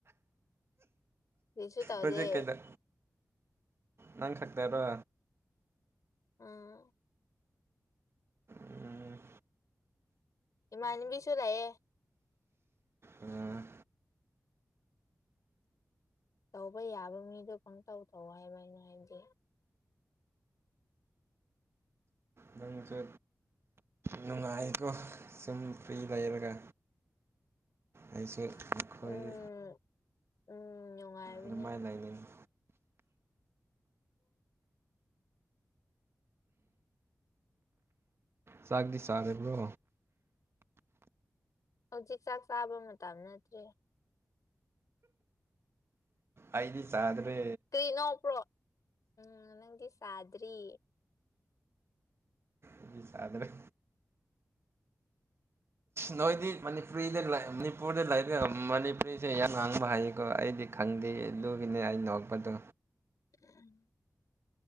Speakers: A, on the left; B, on the right.
A: ꯀꯔꯤꯁꯨ ꯇꯧꯗꯦ
B: ꯐꯣꯖꯦꯛ ꯀꯩꯗ ꯅꯪ ꯈꯠꯇꯥꯔꯣ
A: ꯎꯝ
B: ꯎꯝ
A: ꯏꯃꯥꯟꯅꯤꯕꯤꯁꯨ ꯂꯩꯌꯦ
B: ꯎꯝ
A: ꯇꯧꯕ ꯌꯥꯕ ꯃꯤꯗꯣ ꯄꯪꯇꯧ ꯇꯧ ꯍꯥꯏꯕ ꯑꯩꯅ ꯍꯥꯏꯕꯗꯤ
B: ꯅꯪꯁꯨ ꯅꯨꯡꯉꯥꯏꯀꯣ ꯁꯨꯝ ꯐ꯭ꯔꯤ ꯂꯩꯔꯒ
A: <inaudible>
B: ꯑꯩꯁꯨ ꯑꯩꯈꯣꯏ
A: ꯎꯝ ꯎꯝ ꯅꯨꯡꯉꯥꯏꯕꯅꯦ
B: ꯑꯗꯨꯃꯥꯏ ꯂꯩꯥꯏꯅꯤꯡꯏ ꯆꯥꯛꯇꯤ ꯆꯥꯔꯕ꯭ꯔꯣ
A: ꯍꯧꯖꯤꯛ ꯆꯥꯛ ꯆꯥꯕ ꯃꯇꯝ ꯅꯠꯇ꯭ꯔꯦ
B: ꯑꯩꯗꯤ ꯆꯥꯗꯨ꯭ꯔꯦ
A: ꯀꯔꯤꯅꫭꯛꯄ꯭ꯔꯣ ꯎꯝ ꯅꯪꯗꯤ ꯆꯥꯗ꯭ꯔꯤ
B: ꯑꯩꯗꯤ ꯆꯥꯗ꯭ꯨꯔꯦ ꯅꯣꯏꯗꯤ ꯃꯅꯤꯄꯨꯔꯤꯗ ꯂꯩ ꯃꯅꯤꯄꯨꯔꯗ ꯂꯩꯏꯔꯒ ꯃꯅꯤꯄꯨꯔꯤ ꯁꯦ ꯌꯥꯝ ꯉꯥꯡꯕ ꯍꯥꯏꯌꯦꯀꯣ ꯑꯩꯗꯤ ꯈꯪꯗꯦ ꯑꯗꯨꯒꯤꯅꯦ ꯑꯩ ꯅꯣꯛꯄꯗꯣ
A: ꯎꯝ